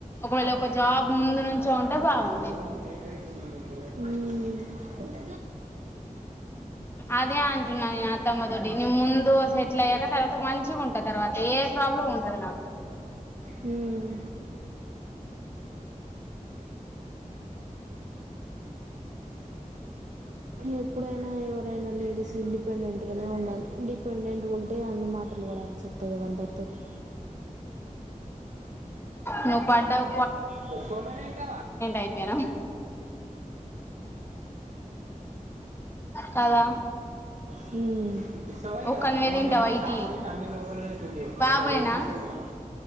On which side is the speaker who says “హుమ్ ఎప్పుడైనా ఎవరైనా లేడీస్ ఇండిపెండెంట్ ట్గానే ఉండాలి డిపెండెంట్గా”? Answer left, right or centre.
Right